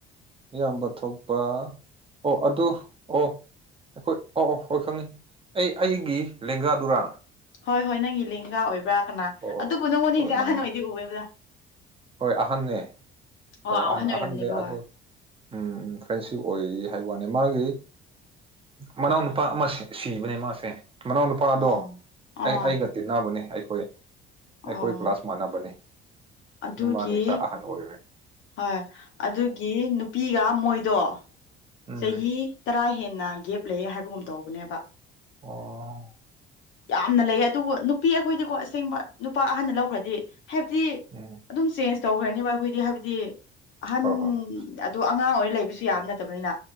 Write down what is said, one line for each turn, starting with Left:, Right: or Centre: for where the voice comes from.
Right: ꯏꯌꯥꯝꯕ ꯊꯣꯛꯄ ꯑꯣ ꯑꯗꯨ ꯑꯣ ꯑꯩꯈꯣꯏ ꯑꯣ ꯍꯣꯏ ꯈꯪꯉꯤ ꯑꯩ ꯑꯩꯒꯤ ꯂꯦꯡꯒꯥꯗꯨꯔꯥ
Left: ꯍꯣꯏ ꯍꯣꯏ ꯅꯪꯒꯤ ꯂꯦꯡꯒꯥ ꯑꯣꯏꯕ꯭ꯔꯥ ꯀꯅꯥ
Right: ꯑꯣ ꯑꯣ
Left: ꯑꯗꯨꯕꯨ
Right: ꯍꯣꯏ
Left: ꯅꯪꯉꯣꯟꯗꯒꯤꯗꯤ
Right: ꯍꯣꯏ ꯃꯥꯅꯦ
Left: ꯑꯍꯟ ꯑꯣꯏꯗꯤ ꯎꯋꯦꯗ
Right: ꯍꯣꯏ ꯑꯍꯟꯅꯦ
Left: ꯑꯣ
Right: ꯍꯣꯏ
Left: ꯑꯍꯟ
Right: ꯑꯍꯟꯅꯦ
Left: ꯑꯣꯏꯔꯝꯅꯦꯕ
Right: ꯑꯗꯨ
Left: ꯍꯣꯏ
Right: ꯎꯝ ꯐ꯭ꯔꯦꯟꯁꯤꯞ ꯑꯣꯏ ꯍꯥꯏꯕ ꯋꯥꯅꯤ ꯃꯥꯒꯤ ꯃꯅꯥꯎ ꯅꯨꯨꯄꯥ ꯑꯃ ꯁꯤꯕꯅꯦ ꯃꯥꯁꯦ ꯃꯅꯥꯎ ꯅꯨꯨꯄꯥ ꯑꯗꯣ
Left: ꯑꯣ
Right: ꯑꯩ
Left: ꯑꯥ
Right: ꯑꯩꯒ ꯇꯤꯟꯅꯕꯅꯦ ꯑꯩꯈꯣꯏ ꯑꯩꯈꯣꯏ
Left: ꯑꯣ
Right: ꯀ꯭ꯂꯥꯁ ꯃꯥꯟꯅꯕꯅꯤ
Left: ꯑꯗꯨꯒꯤ
Right: ꯑꯗꯨ ꯃꯥꯗꯤ ꯈꯔ ꯑꯍꯟ ꯑꯣꯏꯈ꯭ꯔꯦ
Left: ꯑꯥꯏ ꯑꯗꯨꯒꯤ ꯅꯨꯄꯤꯒ ꯃꯣꯏꯗꯣ
Right: ꯎꯝ
Left: ꯆꯍꯤ ꯇꯔꯥ ꯍꯦꯟꯅ ꯒꯦꯞ ꯂꯩꯑꯦ ꯍꯥꯏꯕꯒꯨꯝ ꯇꯧꯕꯅꯦꯕ
Right: ꯑꯣ
Left: ꯌꯥꯝꯅ ꯂꯩ ꯑꯗꯨꯕꯨ ꯅꯨꯄꯤ ꯑꯩꯈꯣꯏꯗꯤꯀꯣ ꯑꯁꯦꯡꯕ ꯅꯨꯄꯥ ꯑꯍꯟꯅ ꯂꯧꯈ꯭ꯔꯗꯤ ꯍꯥꯏꯕꯗꯤ
Right: ꯎꯝ
Left: ꯑꯗꯨꯝ ꯆꯦꯟꯖ ꯇꯧꯈ꯭ꯔꯅꯦꯕ ꯑꯩꯈꯣꯏꯗꯤ ꯍꯥꯏꯕꯗꯤ ꯑꯍꯟ
Right: ꯍꯣꯏ ꯍꯣꯏ
Left: ꯑꯗꯣ ꯑꯉꯥꯡ ꯑꯣꯏꯔ ꯂꯩꯕꯁꯨ ꯌꯥꯕꯁꯨ ꯅꯠꯇꯕꯅꯤꯅ